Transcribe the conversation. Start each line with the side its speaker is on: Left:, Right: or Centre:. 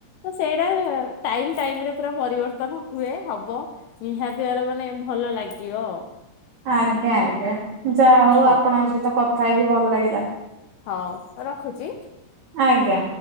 Left: ତ ସେଇଟା ଟାଇମ୍ ଟାଇମ୍ ରେ ପୁରା। ପରିବର୍ତ୍ତନ ହୁଏ ହବ ନିହାତି ଭାବରେ ମାନେ ଭଲ ଲାଗିବ।
Right: ଆଜ୍ଞା ଆଜ୍ଞା ଯାହା ହଉ
Left: ଆଉ।
Right: ଆପଣଙ୍କ ସହିତ କଥା ହେଇକି ଭଲ ଲାଗିଲା।
Left: ହଉ ରଖୁଚି।
Right: ଆଜ୍ଞା।